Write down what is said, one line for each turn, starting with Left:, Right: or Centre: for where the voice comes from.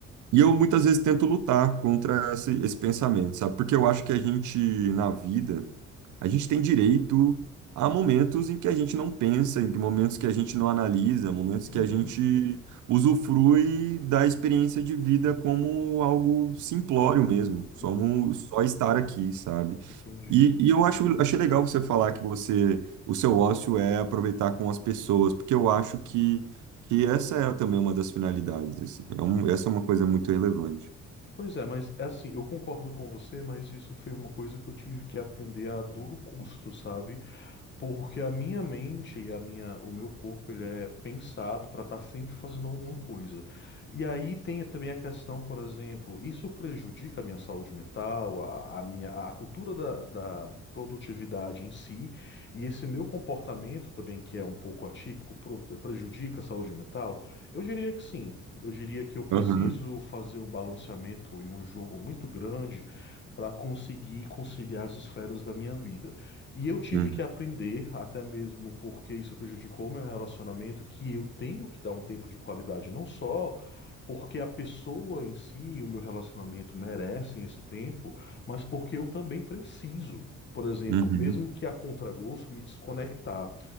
Right: e eu muitas vezes tento lutar contra esse, esse pensamento, sabe? Porque eu acho que a gente, na vida, a gente tem direito a momentos em que a gente não pensa, em que momentos que a gente não analisa, momentos
Left: Uhum,
Right: que a gente usufrui da experiência de vida como algo simplório mesmo, só,
Left: uhum,
Right: um- só estar aqui, sabe?
Left: entendi.
Right: E, e eu acho, achei legal você falar que você, o seu ócio é aproveitar com as pessoas, porque eu acho que, que essa é também uma das finalidades, assim. É um- essa é uma coisa muito relevante.
Left: Pois é, mas é assim, eu concordo com você, mas isso foi uma coisa que eu tive que aprender a duro custo, sabe? Porque a minha mente e a minha, o meu corpo, ele é pensado para estar sempre fazendo alguma coisa. E aí tem também a questão, por exemplo, isso prejudica a minha saúde mental, a, a minha, a cultura da, da produtividade em si, e esse meu comportamento também, que é um pouco atípico, pro- prejudica a saúde mental? Eu diria que sim. Eu diria que eu preciso
Right: Aham,
Left: fazer um balanceamento e um jogo muito grande para conseguir conciliar as esferas da minha vida. E eu tive
Right: uhum,
Left: que aprender, até mesmo porque isso prejudicou meu relacionamento, que eu tenho que dar um tempo de qualidade, não só porque a pessoa em si e o meu relacionamento merecem esse tempo, mas porque eu também preciso. Por exemplo,
Right: uhum,
Left: mesmo que a contragosto me desconectar.